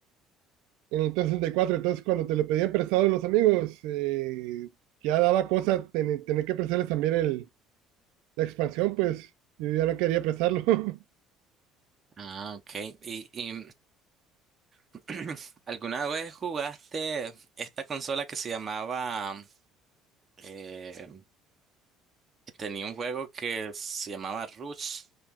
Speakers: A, on the right; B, on the right.
A: en el Nintendo 64. Entonces, cuando te lo pedían prestado los amigos, eh, ya daba cosa ten- tener que prestarles también el, la expansión, pues yo ya no quería prestarlo. <laughs>
B: Ah, ok. ¿Y, y <clears throat> alguna vez jugaste esta consola que se llamaba... eh, tenía un juego que se llamaba Rush,